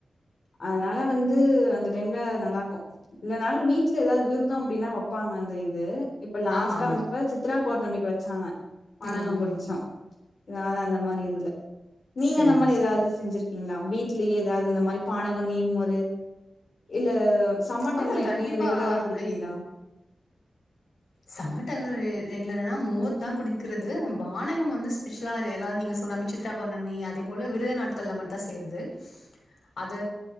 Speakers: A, on the left; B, on the left.
A: அதனால வந்து அந்த டைம்ல நல்லா இருக்கும் இந்தனாலும் வீட்டுல ஏதாவது விருதம் அப்டின்னா வெப்பாங்க அந்த இது அத இப்ப லாஸ்டா
B: ஆமா, ஆமா.
A: வந்துப்ப சித்ரா பௌவுர்ணமிக்கு வெச்சாங்க பானகம்
B: ம்,
A: குடிச்சோ
B: ம்.
A: எதாது அந்த மாரி இதுல நீங்க
B: சரி,
A: இந்த மாரி
B: சரி.
A: ஏதாவது செஞ்சிருக் ங்ளா வீட்லயே ஏதாது இந்த மாரி பானகோ நீர் மோரு இல்ல சம்மர் டைம்ல
B: ஆ
A: எப்பயு
B: கண்டிப்பா.
A: ரெகுலரா குடுப்பீங்களா
B: ஐ சம்மர் டைம்ல ரெ ரெகுலர்னா மோர் தா குடிக்குறது. பானகம் வந்து ஸ்பெஷலா ஏதாது நீங்க சொல்றா மாரி சித்திரா பௌர்ணமி, அதே போல விரத நாட்கள்ல மட்தா செய்றது. அத